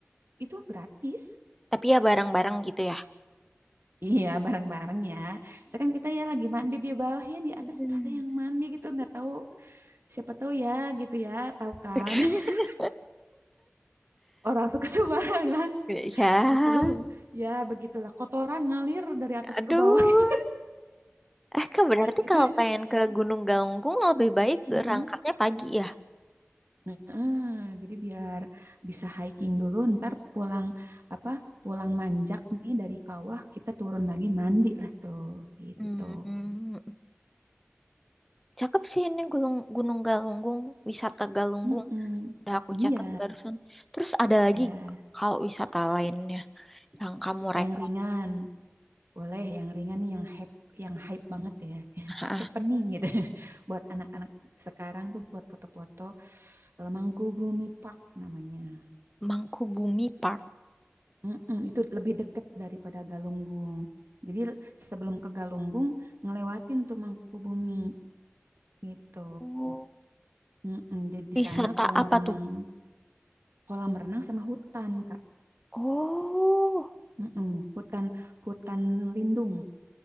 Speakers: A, on the right; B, in the centre.
A: itu gratis.
B: Tapi ya barang-barang gitu ya.
A: Iya, bareng-bareng ya. Misalkan kita ya lagi mandi di bawah ya di atas
B: Hmm.
A: tuh ada yang mandi gitu, nggak tahu siapa tahu ya gitu ya, tahu kan?
B: Oke. <laughs>
A: <laughs> Orang suka sembarangan
B: Ya,
A: gitu. Ya begitulah kotoran ngalir dari atas
B: aduh.
A: ke bawah <laughs> gitu.
B: Eh, Kak, berarti
A: gitu.
B: kalau pengen ke Gunung Galunggung lebih baik berangkatnya
A: Mm-mm.
B: pagi ya.
A: Heeh, jadi biar bisa hiking dulu, ntar pulang apa pulang manjak nih dari kawah kita turun lagi mandi lah tuh gitu.
B: Hmm. Cakep sih ini Gunung Gunung Galunggung, wisata Galunggung.
A: Mm-mm.
B: Udah aku
A: Iya,
B: catat barusan. Terus ada lagi
A: ya
B: nggak kalau wisata lain yang kamu rekor.
A: yang ringan boleh, yang ringan nih yang hype yang hype banget ya, <laughs>
B: Heeh.
A: happening gitu. <laughs> Buat anak-anak sekarang tuh buat foto-foto eh, Mangkubumi Park namanya.
B: Mangkubumi Park.
A: Mm-mm, itu lebih dekat daripada Galunggung. Jadi sebelum ke Galunggung ngelewatin tuh Mangkubumi gitu.
B: Oh,
A: Mm-mm, jadi di
B: Wisata
A: sana kolam
B: apa
A: renang,
B: tuh?
A: kolam renang sama hutan Kak.
B: Oh,
A: Mm-mm, hutan hutan lindung